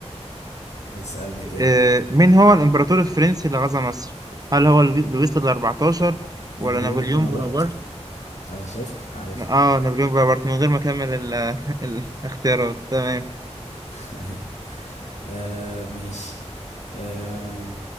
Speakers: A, on the left; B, on the right.
A: اسالني تاني
B: آه، مين هو الامبراطور الفرنسي اللي غزا مصر هل هو لوي- لويس ال 14
A: نابليون
B: ولا نابليون
A: بونابرت
B: بونابرت
A: اه شفت عارف
B: اه نابليون بونابرت من غير ما اكمل ال- <laughs> الاختيارات تمام
A: <laughs> ايوه آه ماشي آه